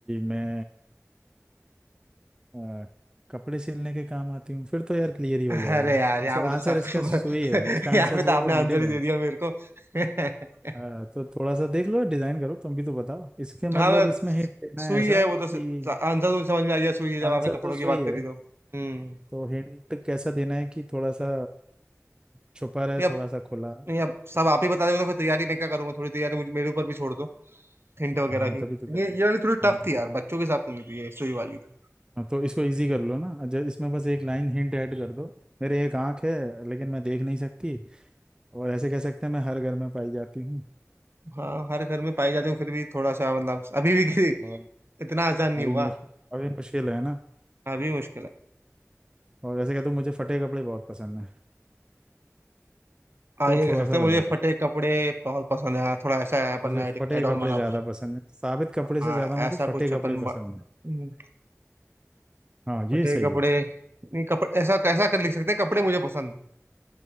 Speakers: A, on the right; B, on the right.
A: मैं अ, कपड़े सिलने के काम आती हूँ फिर तो यार क्लियर ही हो
B: अरे
A: जाएगा
B: यार यहाँ
A: ऐसा
B: पे तो
A: आंसर
B: साफ
A: इसका
B: <laughs>
A: सुई है इसका आंसर
B: यहाँ पे
A: जो
B: तो
A: है
B: आपने
A: वो निडिल
B: आंसर ही
A: है
B: दे दिया मेरे को <laughs>
A: अ, तो थोड़ा सा देख लो डिजाइन करो तुम भी तो बताओ इसके मतलब
B: हाँ
A: इसमें हिंट देना
B: सुई
A: है ऐसा
B: है वो
A: कि
B: तो स- आंसर तो समझ में आ गया सुई है जब
A: आंसर
B: आपने कपड़ों
A: तो
B: की
A: सुई
B: बात
A: है
B: करी तो हम्म
A: तो हिंट कैसा देना है कि थोड़ा सा छुपा रहे
B: नहीं अब
A: थोड़ा सा खुला
B: नहीं अब सब आप ही बता दोगे तो फिर तैयारी मैं क्या करूंगा थोड़ी तैयारी मुझे मेरे ऊपर भी छोड़ दो हिंट वगैरह
A: हाँ
B: की
A: तभी तो कह रहा
B: ये
A: हूँ।
B: ये वाली थोड़ी टफ
A: अब
B: थी यार बच्चों के हिसाब से नहीं थी ये सुई वाली तो
A: हाँ तो इसको इजी कर लो ना जब इसमें बस एक लाइन हिंट ऐड कर दो मेरे एक आंख है लेकिन मैं देख नहीं सकती और ऐसे कह सकते हैं मैं हर घर में पाई जाती हूँ
B: हाँ हर घर में पाई जाती हूँ फिर भी थोड़ा सा मतलब अभी भी किसी-
A: और
B: इतना आसान नहीं
A: अभी
B: हुआ
A: मुश अभी मुश्किल है ना
B: अभी भी मुश्किल है
A: और ऐसे कह दो मुझे फटे कपड़े बहुत पसंद है
B: हाँ
A: तो
B: ये कह
A: थोड़ा
B: सकते
A: सा
B: हैं
A: बनेगा
B: मुझे फटे कपड़े बहुत पसंद है हाँ, थोड़ा ऐसा है अपन
A: मुझे
B: एड
A: फटे
B: ऑन
A: कपड़े
B: बना
A: ज़्यादा पसंद है साबित कपड़े
B: हाँ
A: से ज़्यादा मुझे
B: ऐसा
A: फटे
B: कुछ
A: कपड़े
B: अपन ब-
A: पसंद है
B: हम्म,
A: हाँ ये
B: फटे
A: सही
B: कपड़े
A: है
B: नहीं कपड़े ऐसा कैसा कर लिख सकते हैं कपड़े मुझे पसंद